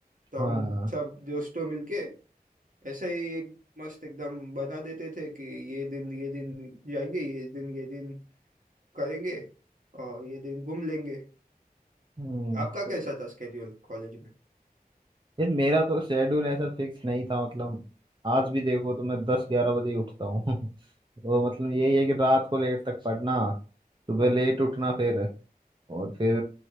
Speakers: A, on the right; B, on the right.
A: तो
B: हाँ
A: हम सब दोस्तों मिलके ऐसे ही एक मस्त एकदम बना देते थे कि ये दिन ये दिन जाएंगे ये दिन ये दिन करेंगे और ये दिन घूम लेंगे
B: हम्म
A: आपका
B: तो
A: कैसा था स्केड्यूल कॉलेज में
B: यार मेरा तो शेड्यूल ऐसा फिक्स नहीं था मतलब आज भी देखो तो मैं दस ग्यारह बजे ही उठता हूँ <laughs> तो मतलब यही है कि रात को लेट तक पढ़ना सुबह लेट उठना फिर और फिर